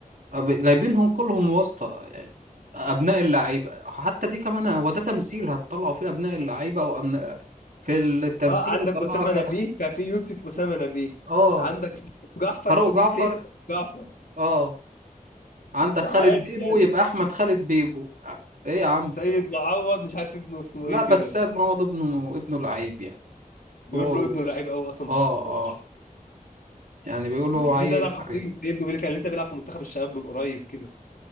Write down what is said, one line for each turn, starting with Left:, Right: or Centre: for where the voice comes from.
Right: أب- جايبينهم كلهم واسطة يعني أبناء اللعيبة حتى دي كمان هو ده تمثيل هتطلعوا فيه أبناء اللعيبة وأبناء في التمثيل
Left: اه عندك
Right: يطلع
Left: أسامة
Right: لك
Left: نبيه ففي يوسف أسامة نبيه
Right: اه
Left: عندك جعفر
Right: فاروق
Left: ففي
Right: جعفر
Left: سيف جعفر
Right: اه عندك
Left: فعادي
Right: خالد بيبو
Left: يعني
Right: يبقى أحمد خالد بيبو آه، إيه يا عم
Left: سيد معوض مش عارف ابنه اسمه
Right: لا
Left: ايه
Right: بس
Left: كده
Right: سيد معوض ابنه ابنه لعيب يعني
Left: بيقول
Right: هو
Left: له ابنه لعيب قوي اصلا مش
Right: اه
Left: قوي في مصر
Right: اه يعني بيقولوا
Left: بس
Right: عيل
Left: في سيد عبد
Right: حريف
Left: الحفيظ في ابنه بيقول لك كان لسه بيلعب في منتخب الشباب من قريب كده